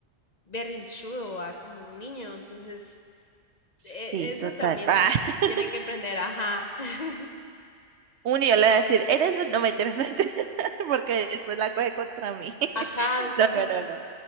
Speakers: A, on the left; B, on the right.
A: berrinchudo, a como un niño, entonces
B: Sí,
A: e- eso
B: total.
A: también
B: Ah, <laughs>
A: tiene que aprender, ajá, <laughs>
B: uno yo le voy a decir, eres un... No, mentiras, no, mentiras, <laughs> porque después la coge contra mí. <laughs>
A: ajá, después
B: No, no, no, no.